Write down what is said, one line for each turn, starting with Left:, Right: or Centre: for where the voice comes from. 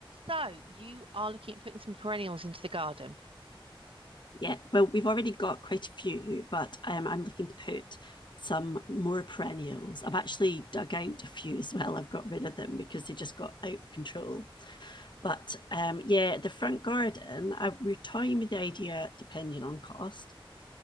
Right: So you are looking at putting some perennials into the garden.
Left: Yeah, well, we've already got quite a few, but um, I'm looking to put some more perennials. I've actually dug out a few as well. I've got rid of them because they just got out of control. But um, yeah, the front garden, I, we're toying with the idea, depending on cost,